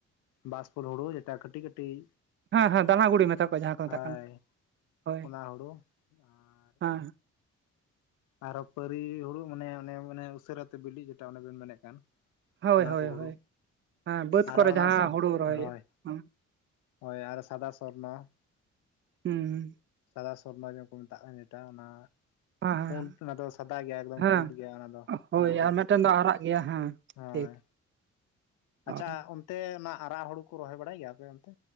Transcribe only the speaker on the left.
ᱵᱟᱥ ᱯᱷᱚᱞ ᱦᱳᱲᱳ ᱡᱮᱴᱟ ᱠᱟᱹᱴᱤᱡ ᱠᱟᱹᱴᱤᱡ᱾
ᱦᱳᱭ
ᱚᱱᱟ ᱦᱩᱲᱩ ᱟᱨ
ᱟᱨᱚ ᱯᱟᱹᱨᱤ ᱦᱩᱲᱩ ᱢᱟᱱᱮ ᱚᱱᱮ ᱩᱥᱟᱹᱨᱟ ᱛᱮ, ᱵᱤᱞᱤ ᱡᱮᱴᱟ ᱚᱱᱮ ᱵᱮᱱ ᱢᱮᱱᱮᱫ ᱠᱟᱱ᱾
ᱚᱱᱟ
ᱠᱚ ᱦᱳᱲᱳ,
ᱟᱨᱚ
ᱚᱱᱟ
ᱥᱟᱵ
ᱦᱚᱭ᱾
ᱦᱚᱭ ᱟᱨᱚ ᱥᱟᱫᱟ ᱥᱚᱨᱱᱚ᱾
ᱥᱟᱫᱟ ᱥᱚᱨᱱᱚ ᱡᱟᱦᱟ ᱠᱚ ᱢᱮᱛᱟᱜ ᱠᱟᱱ ᱡᱮᱴᱟ ᱚᱱᱟ᱾
ᱯᱩᱸᱰ ᱚᱱᱟ ᱫᱚ ᱥᱟᱫᱟ ᱜᱮᱭᱟ ᱮᱠᱫᱚᱢ
ᱯᱩᱸᱰ ᱜᱮᱭᱟ ᱚᱱᱟ ᱫᱚ
ᱚᱱᱟ ᱦᱩᱲᱩ
ᱦᱳᱭ
ᱟᱪᱪᱷᱟ ᱚᱱᱛᱮ ᱚᱱᱟ ᱟᱨᱟᱜ ᱦᱳᱲᱳ ᱠᱚ, ᱨᱚᱦᱚᱭ ᱵᱟᱲᱟᱭ ᱜᱮᱭᱟᱯᱮ ᱚᱱᱛᱮ?